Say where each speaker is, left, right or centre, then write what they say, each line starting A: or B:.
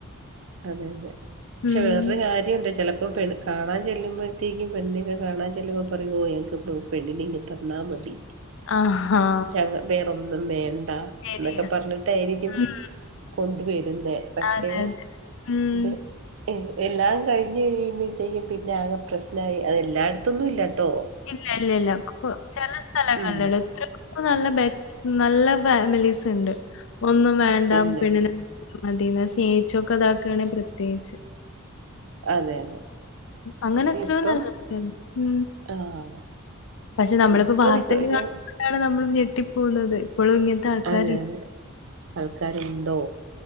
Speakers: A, on the right; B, on the left.
A: അതെ അതെ പക്ഷെ
B: ഉം.
A: വേറൊരു കാര്യണ്ട് ചിലപ്പോ പെണ്. കാണാൻ ചെല്ലുമ്പോഴത്തേക്കും പെണ്ണിനൊക്കെ കാണാൻ ചെല്ലുമ്പോൾ പറുമോ ങ്ങൾക്ക് പെണ്ണിനെ ഇങ് തന്നാ മതി
B: ആഹാ.
A: ഞങ്ങ വേറൊന്നും വേണ്ട.
B: ശരിയാ.
A: ന്നൊക്കെ പറഞ്ഞിട്ടായിരിക്കും
B: ഉം.
A: കൊണ്ട വരുന്നേ പക്ഷേ.
B: അതെ, അതെ. ഉം.
A: അത്. എല്ലാം കഴിഞ്ഞ് കഴിയുമ്പോഴത്തേക്കും പിന്നെ ആകെ പ്രശ്നായി അത എല്ലായിടത്തൊന്നും ഇല്ലട്ടോ.
B: ഇല്ല ഇല്ല ഇല്ല ഒക്കെ ചെല സ്ഥലങ്ങളിലള്ള
A: ഉം
B: എത്ര. അ നല്ല ബെ നല്ല ഫാമിലീസ് ഉണ്ട് ഒന്നും വേണ്ട
A: ഉണ്ട്
B: പെണ്ണിനെ.
A: ഉണ്ട്
B: മത എന്നാ സ്നേഹിച്ചൊക്കെ അതാക്കുകയാണെങ്ക പ്രത്യേകിച്ച്.
A: അതെ അതെ.
B: അങ്ങനെ
A: പക്ഷെ
B: എത്രയോ
A: ഇപ്പം
B: നല്ല ഉ.
A: ആഹ്
B: പക്ഷെ നമ്മളിപ്പോ
A: ഇപ്പ
B: വാർത്തൽ കാണൊണ്ടാണ്
A: ഞാൻ
B: നമ്മൾ ഞെട്ടിപ്പോകുന്നത് ഇപ്പോഴും ഇങ്ങനത്തെ. ആൾക്കാരുണ്ടെന്ന്.
A: അതെ അതെ ആൾക്കാരുണ്ടോ